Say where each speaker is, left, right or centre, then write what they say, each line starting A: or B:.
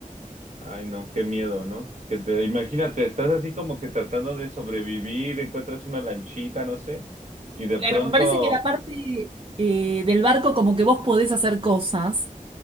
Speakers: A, on the right (about 55°); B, on the right (about 40°).
A: Ay, no, qué miedo, ¿no? Que te, imagínate, estás así como que tratando de sobrevivir, encuentras una lanchita, no sé, y de
B: Claro,
A: pronto,
B: me parece que la parte eh, del barco, como que vos podés hacer cosas,